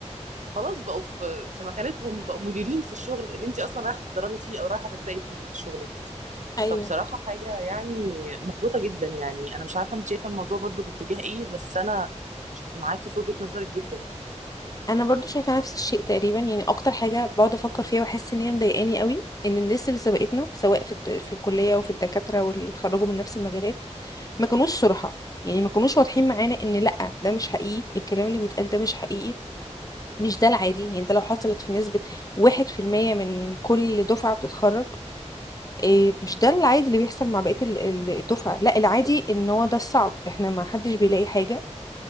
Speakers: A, on the right; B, on the left.
A: خلاص بقوا في في مكانتهم بقوا مديرين في الشغل اللي انت اصلا رايحه تتدربي فيه او رايحه تبداي فيه شغلك
B: ايوه
A: فبصراحه حاجه يعني محبطه جدا يعني انا مش عارفه انت شايفه الموضوع برضو باتجاه ايه بس انا معاكي في وجهه نظرك جدا
B: انا برضو شايفه نفس الشيء تقريبا يعني اكتر حاجه بقعد افكر فيها واحس ان هي مضايقاني قوي ان الناس اللي سبقتنا سواء في الت- في الكليه وفي الدكاتره واللي اتخرجوا من نفس المجالات ما كانوش صراحه يعني ما كانوش واضحين معانا ان لا ده مش حقيقي الكلام اللي بيتقال ده مش حقيقي مش ده العادي يعني ده لو حصلت في نسبه 1% من كل دفعه بتتخرج إيه مش ده العادي اللي بيحصل مع بقيه ال- ال- الدفعه لا العادي ان هو ده الصعب احنا ما حدش بيلاقي حاجه